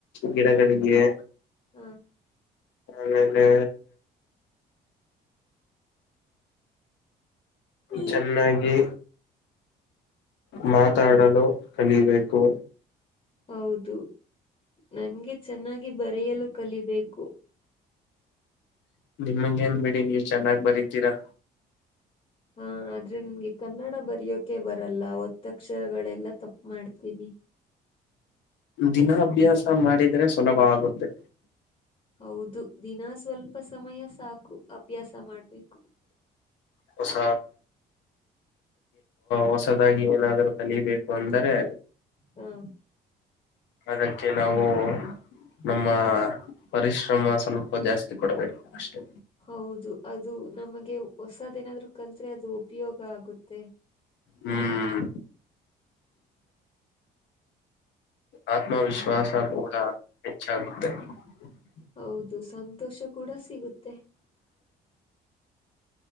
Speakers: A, on the left; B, on the left.
A: ಗಿಡಗಳಿಗೆ
B: ಹ ಹ
A: ಆೇಲೆ
B: ಹ್ಮ್.
A: ಚೆನ್ನಾಗಿ ಮಾತಾಡಲು ಕಲಿಬೇಕು
B: ಹೌದು ನನ್ಗೆ ಚೆನ್ನಾಗಿ ಬರೆಯಲು ಕಲಿಬೇಕು
A: ನಿಮ್ಮಗೆೇನ್ ಬಿಡಿ ನೀರ್ ಚೆನ್ನಾಗಿ ಬರೀತೀರಾ
B: ಹಾ ಆದ್ರೆ ನಮ್ಗೆ ಕನ್ನಡ ಬರಯೋಕೆ ಬರಲ್ಲ ಒತ್ತಕ್ಷರಗಳೆಲ್ಲಾ ತಪ್ಪ ಮಾಡ್ತೀನಿ
A: ದಿನಾಭ್ಯಾಸ ಮಾಡಿದರೆೆ ಸುಲಭ ಆಗುತ್ತೆ
B: ಹೌದು ದಿನ ಸ್ವಲ್ಪ ಸಮಯ ಸಾಕು ಅಭ್ಯಾಸ ಮಾಡ್ಬೇಕು
A: ಹೊಸ ಹೊಸದಾಗಿ ಏನಾದ್ರೂ ಕಲಿಬೇಕು ಅಂದರೆ
B: ಹಾ
A: ಅದಕ್ಕೆ ನಾವು.... ನಮ್ಮ.... ಪರಿಶ್ರಮ ಸ್ವಲ್ಪ ಜಾಸ್ತಿ ಕೊಡ್ಬೇಕು ಅಷ್ಟೇ
B: ಹೌದು ಅದು ನಮಗೆ ಹೊಸದೇನಾದ್ರು ಕಲ್ತ್ರೆ ಅದು ಉಪಯೋಗ ಆಗುತ್ತೆ
A: ಹ್ಮ್ ಆತ್ಮವಿಶ್ವಾಸ ಕೂಡ ಹೆಚ್ಚಾಗುತ್ತೆ <unintelligible>
B: ಹೌದು ಸಂತೋಷ ಕೂಡ ಸಿಗುತ್ತೆ